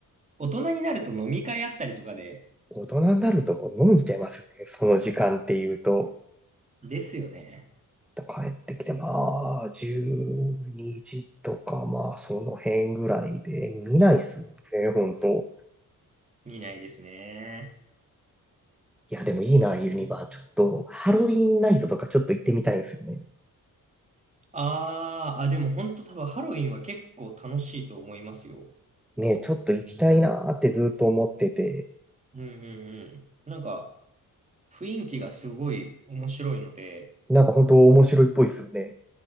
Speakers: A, on the right (about 20°); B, in the centre.
A: 大人になると飲み会あったりとかで、
B: 大人になるとこう飲んじゃいますよね。その時間っていうと。
A: ですよね。
B: 帰ってきて、まあ、12時とか、まあ、その辺ぐらいで、見ないっすもんね、ほんと。
A: 見ないですね。
B: いや、でもいいな、ユニバー。ちょっと、ハロウィンナイトとかちょっと行ってみたいんですよね。
A: あーあ、でも本当多分ハロウィンは結構楽しいと思いますよ。
B: ねえ、ちょっと行きたいなーってずっと思ってて、
A: うんうんうん。なんか、雰囲気がすごい面白いので、
B: なんかほんと面白いっぽいっすよね。